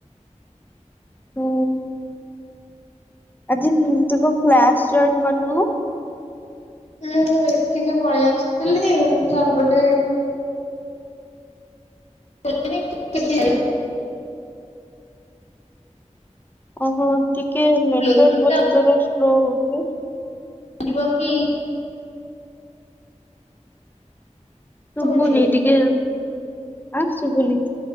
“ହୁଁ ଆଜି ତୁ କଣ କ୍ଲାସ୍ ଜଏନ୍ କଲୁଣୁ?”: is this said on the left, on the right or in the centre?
Left